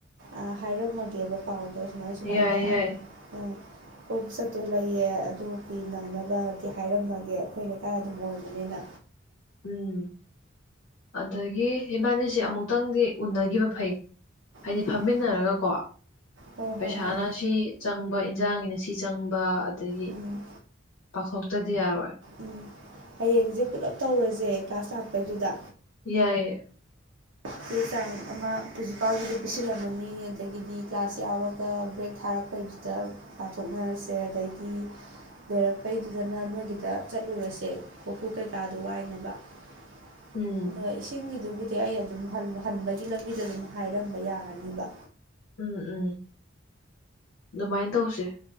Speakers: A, on the right; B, on the left.
A: ꯑ ꯍꯥꯏꯔꯝꯃꯒꯦꯕ ꯄꯥꯎꯗ ꯁꯨꯃꯥꯏ ꯁꯨꯃꯥꯏꯅ
B: ꯌꯥꯏ ꯌꯥꯏ
A: ꯎꯝ ꯎꯞꯆꯠꯇꯣ ꯂꯩꯌꯦ ꯑꯗꯨꯤ ꯅꯪꯅꯕꯗꯤ ꯍꯥꯏꯔꯝꯃꯒꯦ ꯑꯩꯈꯣꯏ ꯂꯩꯀꯥꯏ ꯑꯗꯨꯝ ꯑꯣꯏꯕꯅꯤꯅ
B: ꯎꯝ ꯑꯗꯒꯤ ꯏꯕꯥꯅꯤꯁꯦ ꯑꯃꯨꯛꯇꯪꯗꯤ ꯎꯅꯈꯤꯕ ꯐꯩ ꯍꯥꯏꯗꯤ
A: ꯎꯝ
B: ꯐꯝꯃꯤꯟꯅꯔꯒꯀꯣ
A: ꯍꯣꯏ
B: ꯄꯩꯁꯥꯅ
A: ꯍꯣꯏ ꯍꯣꯏ
B: ꯁꯤ ꯆꯪꯕ ꯏꯟꯖꯥꯡꯒꯤꯅ ꯁꯤ ꯆꯪꯕ ꯑꯗꯒꯤ
A: ꯎꯝ
B: ꯄꯥꯊꯣꯛꯇꯗꯤ ꯌꯥꯔꯣꯏ
A: ꯎꯝ ꯍꯌꯦꯡꯁꯦ ꯄꯨꯂꯞ ꯇꯧꯔꯁꯦ ꯀ꯭ꯂꯥꯁ ꯂꯥꯛꯄꯩꯗꯨꯗ
B: ꯌꯥꯏꯌꯦ
A: ꯆꯦ ꯆꯥꯡ ꯑꯃ ꯄ꯭ꯔꯤꯟꯁꯤꯄꯥꯜꯒꯤꯗ ꯄꯤꯁꯤꯜꯂꯝꯃꯅꯤ ꯑꯗꯒꯤꯗꯤ ꯀ꯭ꯂꯥꯁ ꯌꯥꯎꯔꯒ ꯕ꯭ꯔꯦꯛ ꯊꯥꯔꯛꯄ ꯑꯩꯈꯣꯏꯗꯨꯗ ꯄꯥꯊꯣꯛꯅꯔꯁꯦ ꯑꯗꯩꯗꯤ ꯂꯣꯏꯔꯛꯄꯩꯗꯨꯗꯅ ꯅꯣꯏꯒꯤꯗ ꯆꯠꯂꯨꯔꯁꯦ ꯀꯣꯔꯐꯨ ꯀꯩꯀꯥꯗꯣ ꯋꯥꯏꯅꯕ <inaudible>
B: ꯎꯝ
A: ꯑꯗꯨꯒ ꯏꯁꯤꯡꯒꯤꯗꯨꯕꯨꯗꯤ ꯑꯩ ꯑꯗꯨꯝ ꯍꯟꯕꯒꯤ ꯂꯝꯕꯤꯗ ꯑꯗꯨꯝ ꯍꯥꯏꯔꯝꯕ ꯌꯥꯔꯅꯤꯕ
B: ꯎꯝ ꯎꯝ ꯑꯗꯨꯃꯥꯏꯅ ꯇꯧꯁꯦ